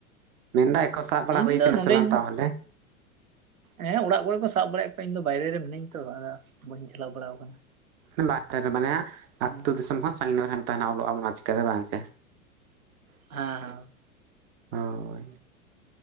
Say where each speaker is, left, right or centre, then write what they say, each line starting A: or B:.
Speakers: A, on the right; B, on the right.
A: ᱢᱮᱱᱫᱟᱭ <inaudible> ᱥᱟᱵ ᱵᱟᱲᱟ
B: ᱤᱧ
A: ᱦᱩᱭ
B: ᱫᱚ
A: ᱠᱟᱱᱟ
B: ᱱᱚᱰᱮᱧ
A: ᱥᱮ ᱵᱟᱝ ᱛᱟᱦᱚᱞᱮ
B: ᱦᱮᱸ ᱚᱲᱟᱜ ᱠᱚᱨᱮ ᱠᱚ ᱥᱟᱵ ᱵᱟᱲᱟᱭᱮᱫ ᱠᱚᱣᱟ ᱤᱧ ᱫᱚ ᱵᱟᱭᱨᱮ ᱨᱮ ᱢᱤᱹᱧ ᱟᱛᱚ ᱟᱫᱚ ᱵᱟᱹᱧ ᱪᱟᱞᱟᱣ ᱵᱟᱲᱟᱣ ᱠᱟᱱᱟ᱾
A: ᱢᱟᱱᱮ ᱵᱟᱦᱨᱮ ᱨᱮ ᱢᱟᱱᱮ
B: ᱦᱮᱸ
A: ᱟᱹᱛᱩ ᱫᱤᱥᱚᱢ ᱠᱷᱚᱱ ᱥᱟᱺᱜᱤᱧ ᱧᱚᱜ ᱨᱮ ᱛᱟᱦᱮᱱᱟ ᱚᱞᱚᱜ-ᱟᱢ ᱚᱱᱟ ᱪᱤᱠᱟᱹᱛᱮ ᱵᱟᱝ ᱪᱮ
B: ᱦᱮᱸ ᱦᱮᱸ
A: ᱦᱳᱭ,